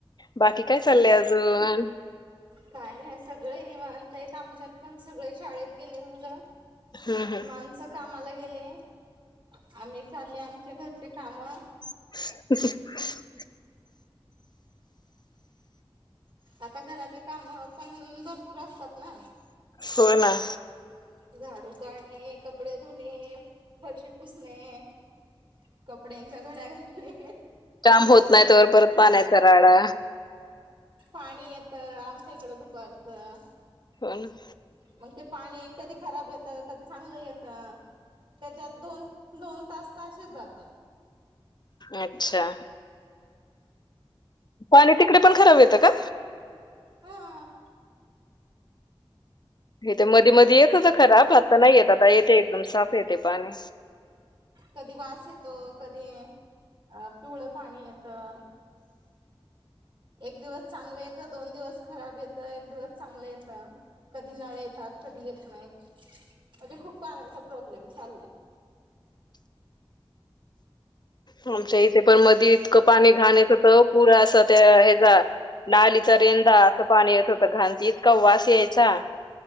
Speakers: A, on the left; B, on the right.
A: बाकी काय चाललंय अजून?
B: काय नाही सगळे निवांतायेत आमच्यात पण सगळे शाळेत गेले मुलं.
A: हम्म हम्म
B: माणसं कामाला गेले आम्ही चालले आमच्या घरचे काम.
A: <inaudible>
B: आता घरातले काम पण भरपूर असतात ना.
A: हो ना.
B: झाडू काढणे कपडे धुणे फरशी पुसणे कपड्यांचा घड्या घालणे.
A: काम होत नाही परत पानयचा राडा.
B: पाणी येतं आमच्या इकडं दुपारचं.
A: हो ना.
B: मग ते पाणी कधी खराब येतं कधी चांगलं येतं. त्याच्यात दोन दोन तास तर असेच जातात.
A: अच्छा. पाणी तिकडे पण खराब येतं का?
B: हा.
A: हेथ मधी मध येत होता खराब आता नाही येत आता येते एकदम साफ येते पाणी.
B: कधी वास येतो कधी अ पिवळ पाणी येतं. एक दिवस चांगलं येतं दोन दिवस खराब येतं एक दिवस चांगलं येत. कधी नळ येतात कधी येत नाहीत म्हणजे खूप पाण्याचा प्रॉब्लेम चाललाय.
A: आमच्या इथे पण मध इतकं पाणी घाण येत होत पुरा असा त्या ह्याचा नालीचा रेंदा असं पाणी येत होतं घांती इतका वास यायचा.